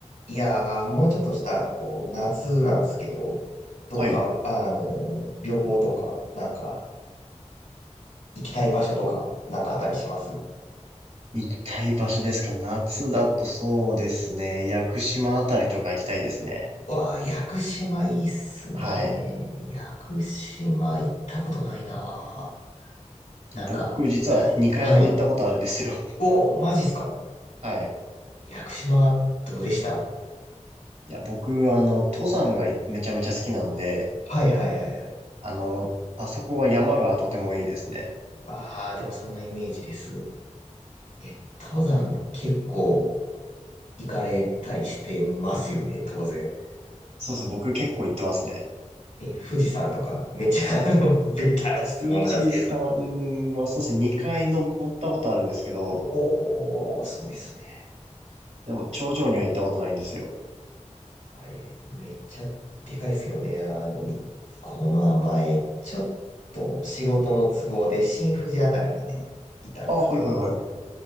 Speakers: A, on the left; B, on the right.
A: いやー、もうちょっとしたら、こう、夏なんですけど、どっか、
B: はい。
A: あの旅行とか、なんか、行きたい場所とか、なんかあったりしますう
B: 行きたい場所ですか夏だとそうですね。屋久島あたりとか行きたいですね。
A: わあ、屋久島いいっすね。
B: はい。
A: 屋久島行ったことないななんか、
B: 僕、実は2回ほど行ったことあるんですよ。
A: 大、はい。おー、マジっすか。
B: <laughs> はい。
A: 屋久島、どうでした
B: いや、僕、あの、登山がめちゃめちゃ好きなので、
A: はいはいはいはい。
B: あの、あそこは山がとてもいいですね。
A: ああ、でもそんなイメージです。え、登山結構行かれたりしてますよね、当然。
B: そうですね。僕結構行ってますね。
A: え、富士山とか、めっちゃあの、<laughs> ベタな質問なんですけど。
B: 富士山はそうですね。2回登ったことあるんですけど、
A: おー、すごいっすね。
B: でも頂上には行ったことないんですよ。
A: あれ、めっちゃでかいっすよね。あの、いこの前、ちょっと仕事の都合で新富士あたりまで行ったんですけど、
B: あ、はいはい